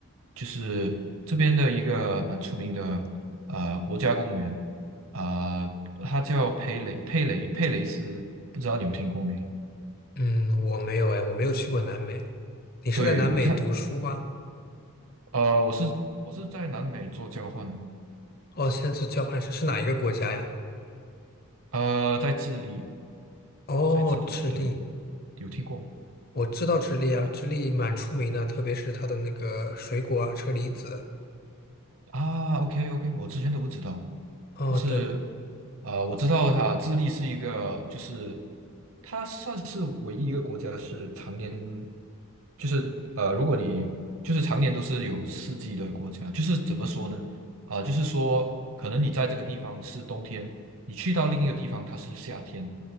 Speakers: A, on the right (about 65°); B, on the left (about 45°).
A: 就是这边的一个蛮出名的呃国家公园，啊、它叫佩雷佩雷佩雷斯，不知道你们听过没？
B: 嗯，我没有哎，我没有去过南美。你是在南美读书吗？
A: 对它，呃，我是我是在南美做交换，
B: 哦，现在是交换生，是哪一个国家呀？
A: 呃，在智利，
B: 哦，
A: 在智利，
B: 智利，
A: 对。有听过吗？
B: 我知道智利啊，智利蛮出名的，特别是它的那个水果啊，车厘子。
A: 啊，OK OK，我之前都不知道，
B: 哦，
A: 但是
B: 对，
A: 呃，我知道它智利是一个，就是它算是唯一一个国家是常年，就是呃，如果你就是常年都是有四季的国家，就是怎么说呢？啊、就是说可能你在这个地方是冬天，你去到另一个地方它是夏天，